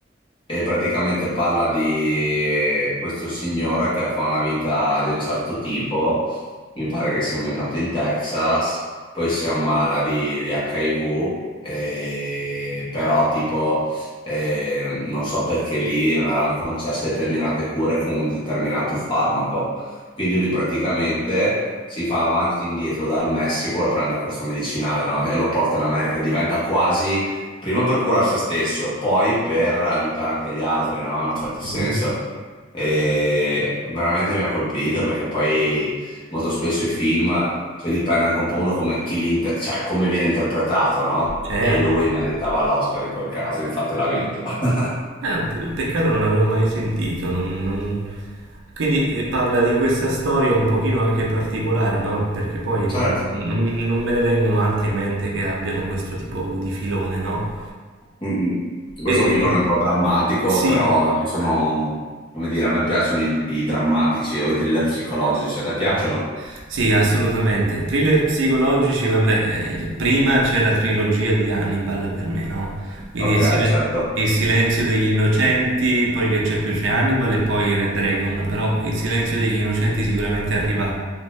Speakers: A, on the left (about 25°); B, on the right (about 90°).
A: E praticamente parla di questo signore che fa una vita di un certo tipo, mi pare che sia ambientato in Texas, poi si ammala di, di HIV, e- però tipo eh, non so perché lì non erano concesse determinate cure con un determinato farmaco. Quindi lui praticamente si fa avanti e indietro dal Messico per prendere questo medicinale, no? E lo porta in America, diventa quasi prima per curare se stesso, poi per aiutare anche gli altri, no? In un certo senso.
B: Mhm.
A: E veramente mi ha colpito perché poi molto spesso i film, cioè dipende anche un po' uno come, chi li inter- cioè, come viene interpretato, no?
B: Certo,
A: E lui meritava
B: certo.
A: l'Oscar in quel caso, infatti l'ha vinto. <laughs>
B: Ah, pe- peccato non avevo mai sentito. non- non- Quindi eh, parla di questa storia un pochino anche particolare, no? Perché poi
A: Certo.
B: non, non- non me ne vengono altri in mente che abbiano questo tipo di filone, no?
A: Mm-mm. Questo
B: E...
A: è un filone un po' drammatico,
B: Sì,
A: però ci sono, come dire, a me piacciono i, i drammatici o i thriller psicologici, a te piacciono?
B: Ah, Sì, assolutamente. Thriller psicologici, vabbè, eh, cioè, prima c'è la trilogia di Hannibal per me, no? Quindi
A: Ok,
B: il, sile-
A: certo.
B: il silenzio degli innocenti, poi che c'è più c'è Hannibal e poi Red Dragon, però il silenzio degli innocenti sicuramente arriva